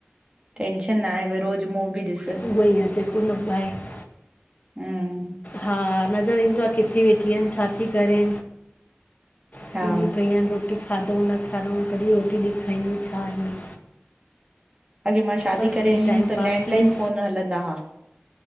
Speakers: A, on the right; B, on the left.
A: टेंशन न आहे, भई रोज़ मु बि ॾिस।
B: उहो ई आ, जेको न पाए <unintelligible>
A: हम
B: हा, नज़र ईंदो आ, किथे वेठी आहिनि, छा थी करे। सुम्ही
A: हा,
B: पई आहिन रोटी खाधऊं न खाधऊं कॾहिं रोटी ॾेखारींदियूं छा ईअं
A: अॻे मां शादी
B: बसि
A: करे
B: इहो
A: आई हुयमि
B: टाइम
A: त
B: पास
A: लैंडलाइन
B: थी वियो
A: फ़ोन हलंदा हुआ।